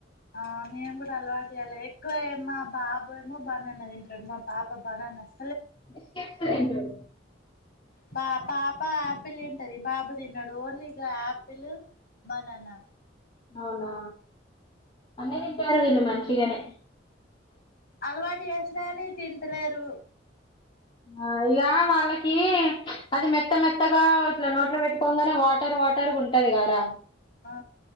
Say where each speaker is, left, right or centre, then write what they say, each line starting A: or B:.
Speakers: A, on the left; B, on the left.
A: ఆ మేం కూడా అలవాటు చెయ్యాలి ఎక్కువే మా బాబేమో బనానా దింటాడు మా పాప బనానస్
B: మిస్టేక్స్ <inaudible> <unintelligible>
A: పా పా పా పిల్ తింటది బాబు తినడు ఓన్లీ గా ఆపిల్ బనానా
B: అవునా అన్నీ దిన్ టారు వీళ్ళు మంచిగానే
A: అలవాటు చేసినా గానీ తింటలేరు
B: ఆ ఇగా వాళ్ళకి అది మెత్త మెత్తగా ఇట్లా నోట్లో పెట్టుకోంగానే వా టర్ వాటర్ గుంటదిగా రా
A: ఆ